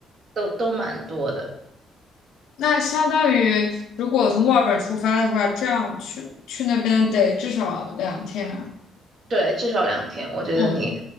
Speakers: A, on the right (about 50°); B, on the left (about 80°).
A: 都都蛮多的。
B: 那相当于如果从墨尔本出发的话，这样去去那边得至少两天啊
A: 对，至少两天，我觉得你，
B: 嗯，